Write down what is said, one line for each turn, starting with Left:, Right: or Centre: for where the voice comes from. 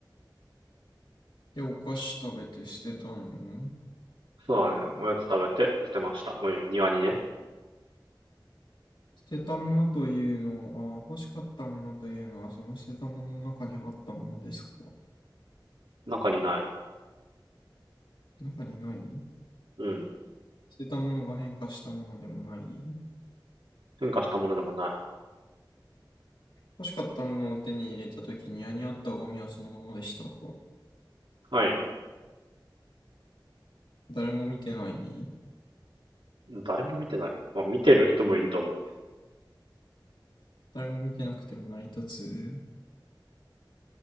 Left: で、お菓子食べて捨てたの
Right: そうだね。おやつ食べて捨てました。ごめん、庭にね。
Left: 捨てたものというのは、あ、欲しかったものというのは、その捨てたものの中にあったものですか
Right: 中にない。
Left: 中にない
Right: うん。
Left: 捨てたものが変化したものでもない。
Right: 変化したものでもない。
Left: 欲しかったものを手に入れたときに、家にあったゴミはそのままでした。こ
Right: はい。
Left: う誰も見てない。
Right: 誰も見てない。まあ、見てる人もいると思う。
Left: 誰も見てなくても成り立つ。